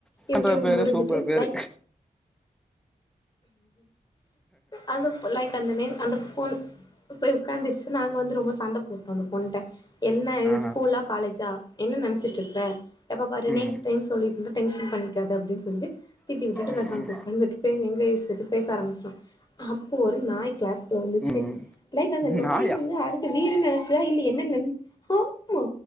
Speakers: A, on the left; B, in the centre.
A: இப்டி
B: அந்த பேரு
A: முடிஞ்சுட்டு
B: சூப்பர் பேரு
A: லைக் அந்த புள் லைக் அந்த நே அந்த பொண் போய் உக்காந்துடுச்சு நாங்க வந்து ரொம்ப சண்ட போட்டோ அந்த பொண்ட்ட என்ன இது
B: ஆ
A: ஸ்கூலா காலேஜா என்னனு நெனச்சிட்ருப்ப எப்ப பாரு
B: ம்
A: நேம்ஸ் டேம்ஸ் சொல்லிட்ருந்த டென்ஷன் பண்ணிக்காத அப்டினு சொல்லி திட்டி விட்டுட்டு
B: ம்
A: பெசாம போய் உக்காந்துட்டு பேசி எங்க யேசிட்டு பேச ஆரம்பிச்சிடோ அப்போ ஒரு நாய் கிளாஸ் ல வந்துச்சு
B: ம்
A: லைக் அந்த நாய்
B: நாயா
A: வந்து அதுக்கு வீடுனு நென ச்சா இல்ல என்னனு நென ஆமா